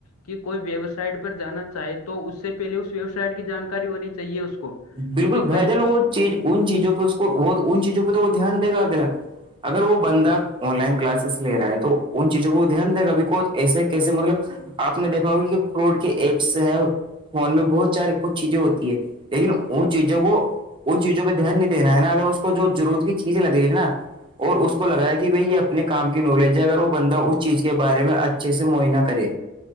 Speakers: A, on the left (about 85°); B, on the right (about 25°).
A: کہ کوئی ویب سائٹ پر جانا چاہے تو اس سے پہلے اس ویب سائٹ کی جانکاری ہونی چاہیے اس کو
B: بالکل
A: کیونکہ
B: بھائی
A: کئی
B: جان وہ چیز ان چیزوں پہ اس کو ان چیزوں پہ تو وہ دھیان دےا اگلا اگر وہ بندہ آن لائن کلاسز لے رہا ہے تو ان چیزوں کو دھیان دے گابھی کو ایسے کیسے مطلب آپ نے دیکھا ہوگی کہ فروڈ کے ایپس ہیں فون میں بہت سارے کچھ چیزیں ہوتی ہے لیکن ان چیزوں کو ان چیزوں پہ دھیان نہیں دینا ہے نا اگر اس کو جو ضرورت کی چیزیں لگ رہی ہے نا اور اس کو لگا ہے کہ بھائی یہ اپنے کام کی نالج ہے اگر وہ بندہ اس چیز کے بارے میں اچھے سے معائنہ کرے